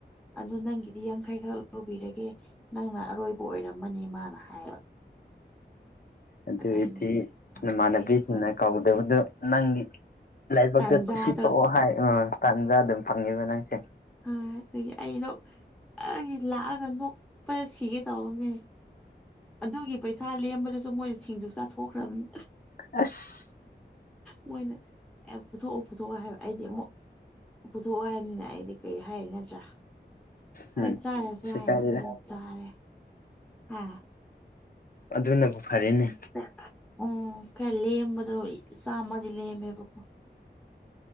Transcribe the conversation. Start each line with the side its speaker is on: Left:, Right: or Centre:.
Centre: ꯑꯗꯨ ꯅꯪꯒꯤꯗꯤ ꯌꯥꯡꯈꯩꯈꯛ ꯂꯧꯕꯤꯔꯒꯦ ꯅꯪꯅ ꯑꯔꯣꯏꯕ ꯑꯣꯏꯔꯝꯃꯅꯤ ꯃꯥꯅ ꯍꯥꯏꯌꯦꯕꯣ
Left: ꯑꯗꯨꯏꯗꯤ
Centre: ꯑꯩꯅ
Left: ꯏꯃꯥꯟꯅꯕꯤꯁꯤꯡꯅ
Centre: ꯑꯩꯅ ꯍꯣꯏ
Left: ꯀꯧꯗꯕꯗꯣ ꯅꯪꯒꯤ ꯂꯥꯏꯕꯛꯇ
Centre: ꯇꯥꯟꯖꯥꯗꯣ
Left: ꯁꯤ ꯇꯣꯛꯑꯣ ꯍꯥꯏ ꯇꯥꯟꯖꯥ ꯑꯗꯨꯝ ꯐꯪꯉꯦꯕ ꯅꯪꯁꯦ
Centre: ꯍ ꯑꯗꯨꯒꯤ ꯑꯩꯗꯣ ꯑꯩ ꯂꯥꯛꯑꯒ ꯅꯣꯛꯄꯗ ꯁꯤꯒꯦ ꯇꯧꯕꯅꯦ ꯑꯗꯨꯒꯤ ꯄꯩꯁꯥ ꯂꯦꯝꯕꯗꯨꯁꯨ ꯃꯣꯏꯅ ꯁꯤꯡꯖꯨ ꯆꯥꯊꯣꯛꯈ꯭ꯔꯕꯅꯤ
Left: ꯑꯁ
Centre: ꯃꯣꯏꯅꯦ ꯑꯦ ꯄꯨꯊꯣꯛꯑꯣ ꯄꯨꯊꯣꯛꯑꯣ ꯍꯥꯏꯕ ꯑꯩꯗꯤ ꯑꯃꯨꯛ ꯄꯨꯊꯣꯛꯑꯣ ꯍꯥꯏꯕꯅꯤꯅ ꯑꯩꯗꯤ ꯀꯔꯤ ꯍꯥꯏꯔꯤꯒ ꯅꯠꯇ꯭ꯔꯥ
Left: ꯎꯝ
Centre: ꯍꯣꯏ ꯆꯥꯔꯁꯨ
Left: ꯀꯩꯁꯨ
Centre: ꯍꯥꯏꯅꯦ
Left: ꯀꯥꯏꯗꯦꯗ
Centre: ꯑꯗꯨꯝ ꯆꯥꯔꯦ ꯑꯥ
Left: ꯑꯗꯨꯅꯕꯨ ꯐꯔꯦꯅꯦ
Centre: <unintelligible> ꯎꯝ ꯈꯔ ꯂꯦꯝꯕꯗꯣ ꯆꯥꯝꯃꯗꯤ ꯂꯦꯝꯃꯦꯕꯀꯣ